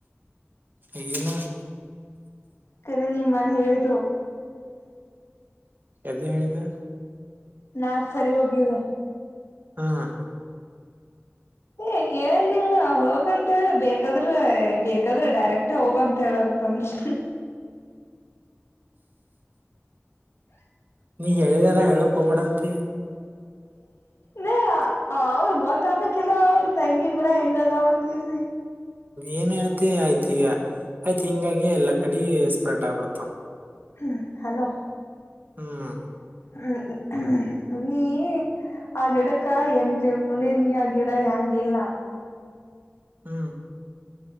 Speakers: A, on the right; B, on the left.
A: ಹಗಲ್ಲ
B: ಕರೆ ನಿಮ್ಮ ಮನೆ ಹೇಳಿದ್ದು
A: ಎ್ದ ಹೇಳಿದೆ
B: ನಾಕ್ ಸರಿ ಹೋಗುದು
A: ಹ್ಮ
B: ಏ ಏನಿಲ್ಲ ಹೋಗಂತ ಹೇಳುದ ಬೇಕಾದ್ರೆ ಬೇಕಾದ್ರೆ ಡೈರೆಕ್ಟ್ ಹೋಗಂತ ಹೇಳಂತನ್ಸ
A: ನೀ ಹೇಳಿದೆಲ್ಲ ಹೇಳಕ್ ಹೋಗಬಡಂತಿ
B: ನೇ ಅವ್ರ ಗೊತ್ತಾಗಕಿಲ್ಲ ಅವರು ತಂಗಿ ಕೂಡ ಹೆಂಗದಾವಂತಸಿ
A: ಏನ್ ಹೇಳ್ತಿ ಆಯ್ತ ಈಗ ಆಯ್ತ್ ಹಿಂಗಾಗಿ ಎಲ್ಲಾ ಕಡೆ ಸ್ಪ್ರೆಡ್ ಆಗ್ಬಿಡ್ತಾವ
B: ಹ್ಮ್ ಹಲೋ
A: ಹ್ಮ್
B: ಹ್ಮ ನೀ ಆ ಗಿಡಕ್ಕ ಏನ್ ತಿಳ್ಕೊಂಡಿ ನೀ ಆ ಗಿಡ ಹೆಂಗಿಲ್ಲ
A: ಹ್ಮ